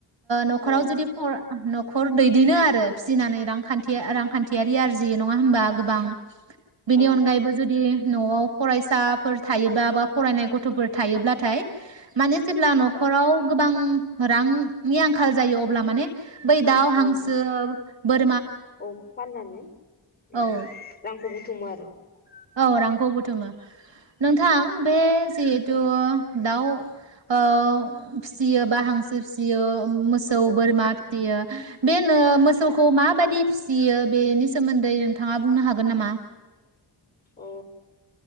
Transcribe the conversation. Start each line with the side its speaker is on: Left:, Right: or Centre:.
Right: न'खराव
Left: औ
Right: जुदि फरा न'खर दैदेनो आरो फिसिनानै रांखान्थि रांखान्थियारि आरजियो नङा होनबा गोबां बेनि
Left: औ
Right: अनगायैबो जुदि न'आव फरायसाफोर थायोब्ला बा फरायनाय गथ'फोर थायोब्लाथाय माने जेब्ला न'खराव गोबां रां नि आंखाल जायो अब्ला माने बै दाउ
Left: औ
Right: हांसो बोर
Left: औ फाननानै उम्म
Right: औ
Left: रांखौ बुथुमो आरो ।
Right: औ रांखौ बुथुमो । नोंथां बे जिहेतु दाउ ओ फिसियो बा हांसो फिसियो मोसौ
Left: औ
Right: बोरमा फिसियो बेनो मोसौखौ माबायदि फिसियो बेनि सोमोन्दै नोंथाङा बुंनो हागोन नामा?
Left: औ